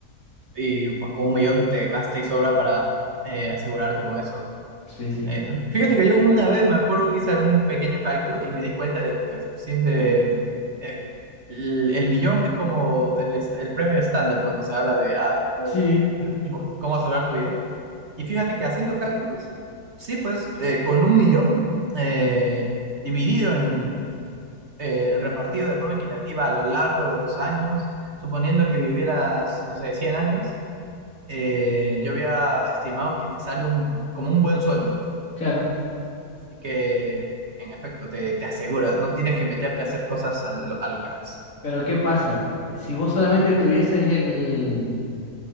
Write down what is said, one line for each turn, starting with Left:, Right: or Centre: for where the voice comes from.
Right: y pues con un millón te basta y sobra para eh, asegurarte con eso.
Left: Sí, sí.
Right: Eh, fíjate que yo una vez me acuerdo, hice algún pequeño cálculo y me di cuenta de que pues siempre eh, el, el millón es como el, est- el premio estándar cuando se habla de ah, cómo,
Left: Sí,
Right: cómo asegurar tu vida. Y fíjate que haciendo cálculos, sí, pues eh, con un millón eh, dividido en, eh, repartido de forma equitativa a lo largo de los años, suponiendo que vivieras, no sé, 100 años eh, yo había estimado que te sale un, como un buen sueldo.
Left: claro.
Right: Así que, en efecto, te, te aseguras, no tienes que meterte a hacer cosas a lo, a lo que haces.
Left: Pero ¿qué pasa? Si vos solamente tuvieses el...